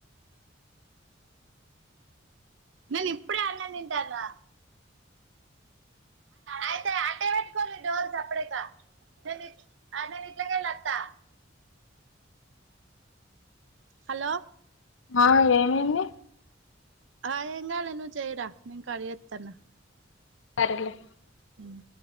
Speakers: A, on the right (about 70°); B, on the left (about 80°).
A: నేను ఇప్పుడే అన్నం తింటానా అయితే అట్టే పెట్టుకోడి డోర్ సప్పుడుజైకా నే నేను ఎట్లాకెల్లోత్తా హలో
B: ఆ ఏమైంది
A: హ ఏం రాలే నువ్వు చేయరా నేను కట్ చేతన
B: సరేలే
A: మ్మ్